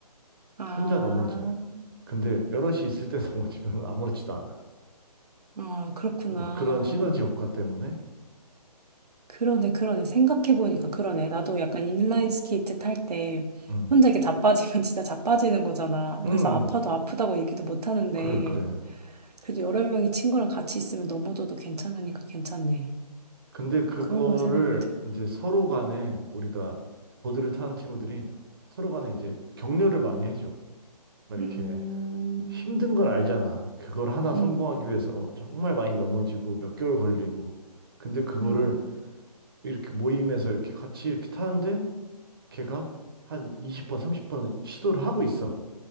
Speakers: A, on the right; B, on the right.
A: 아,
B: 혼자 넘어지면. 근데 여럿이 있을 때 <laughs> 넘어지면 아무렇지도 않아.
A: 어, 그렇구나.
B: 뭐 그런 시너지 효과 때문에.
A: 그러네, 그러네. 생각해보니까 그러네. 나도 약간 인라인 스케이트 탈 때
B: 음.
A: 혼자 이렇게 자빠지면 <laughs> 진짜 자빠지는 거잖아.
B: 음.
A: 그래서 아파도 아프다고 얘기도 못 하는데,
B: 그래, 그래.
A: 그래도 여러 명이 친구랑 같이 있으면 넘어져도 괜찮으니까 괜찮네.
B: 근데 그거를
A: 그런 걸 생각 못 해.
B: 이제 서로 간에 우리가 보드를 타는 친구들이 서로 간에 이제 격려를 많이 해줘. 막
A: 음,
B: 이렇게 힘든 걸 알잖아. 그걸 하나
A: 음,
B: 성공하기 위해서 정말 많이 넘어지고 몇 개월 걸리고. 근데 그거를
A: 음,
B: 이렇게 모임에서 이렇게 같이 이렇게 타는데 걔가 한 20번, 30번 시도를 하고 있어.